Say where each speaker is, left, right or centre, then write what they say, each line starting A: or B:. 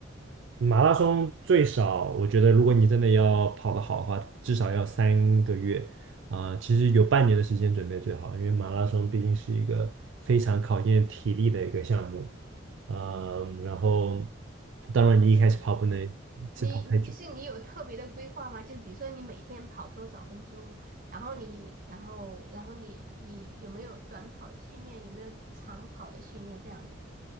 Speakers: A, on the right; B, on the right.
A: 马拉松最少，我觉得如果你真的要跑得好的话，至少要三个月啊，其实有半年的时间准备最好，因为马拉松毕竟是一个非常考验体力的一个项目。嗯，然后当然你一开始跑不能一次跑太久。
B: 你你就是你有特别的规划吗？就是比如说你每天跑多少分钟，然后你然后然后你你有没有短跑训练，有没有长跑的训练这样子？